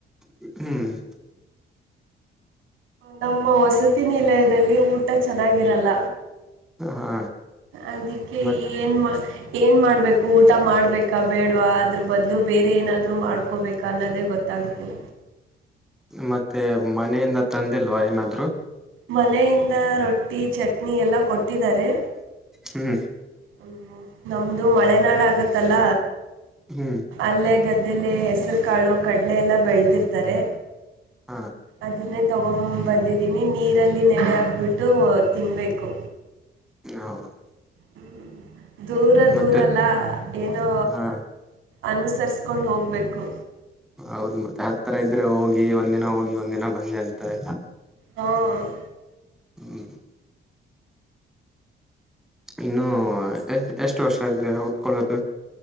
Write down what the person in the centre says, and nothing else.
ಹ್ಮ್
ಹಾ
ಮತ್
ಮತ್ತೆ ಮನೆಯಿಂದ ತಂದಿಲ್ವಾ ಏನಾದ್ರು.
ಹ್ಮ್
ಹ್ಮ್
ಹ
ಹ
ಮತ್ತೆ
ಹಾ
ಹೌದು ಮತ್ತೆ ಹತ್ರ ಇದ್ರೆ ಹೋಗಿ ಒಂದಿನ ಹೋಗಿ ಒಂದಿನ ಬಂದೆ ಅಂತ ಎಲ್ಲ
ಹ್ಮ್ಮ್ ಇನ್ನು ಎಷ್ಟ ಎಷ್ಟ ವರ್ಷ ಇದೆ ಓದ್ಕೊಳ್ಳೋದು.